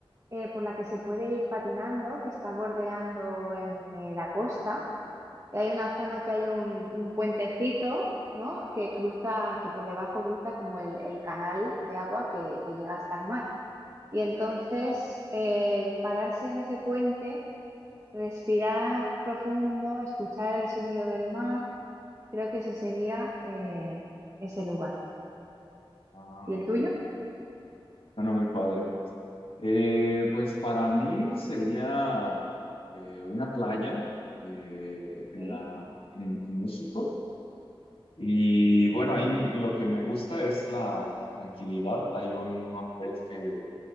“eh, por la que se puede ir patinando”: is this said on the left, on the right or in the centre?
Right